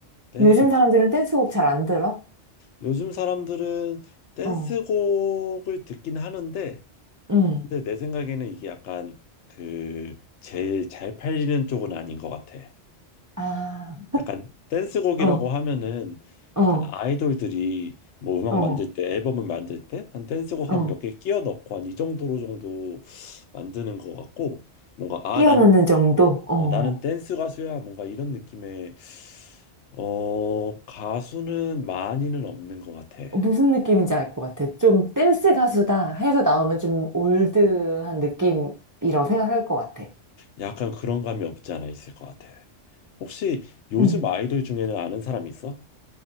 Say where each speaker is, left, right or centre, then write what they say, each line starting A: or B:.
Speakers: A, on the left (about 80°); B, on the right (about 30°).
A: 댄스곡.
B: 요즘 사람들은 댄스곡 잘 안 들어?
A: 요즘 사람들은 댄스곡을
B: 어.
A: 듣긴 하는데
B: 음.
A: 근데 내 생각에는 이게 약간 그 제일 잘 팔리는 쪽은 아닌 것 같아.
B: 아.
A: 약간 댄스곡이라고
B: 어.
A: 하면은
B: 어.
A: 약간 아이돌들이 뭐 음악
B: 어,
A: 만들 때 앨범을 만들 때 한 댄스곡
B: 어.
A: 한 몇 개 끼워 넣고 한 이 정도로 정도 만드는 것 같고 뭔가 아
B: 끼어넣는
A: 나는
B: 정도? 어.
A: 어, 나는 댄스 가수야 뭔가 이런 느낌의 어 가수는 많이는 없는 것 같아.
B: 어. 무슨 느낌인지 알 것 같아. 좀 댄스 가수다 해서 나오면 좀 올드한 느낌이라고 생각할 것 같아.
A: 약간 그런 감이 없지 않아 있을 것 같아. 혹시 요즘
B: 음.
A: 아이돌 중에는 아는 사람 있어?